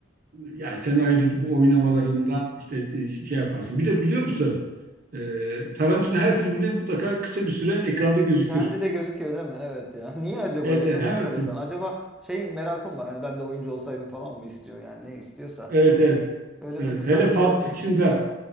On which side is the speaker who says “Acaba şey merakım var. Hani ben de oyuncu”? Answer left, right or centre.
Centre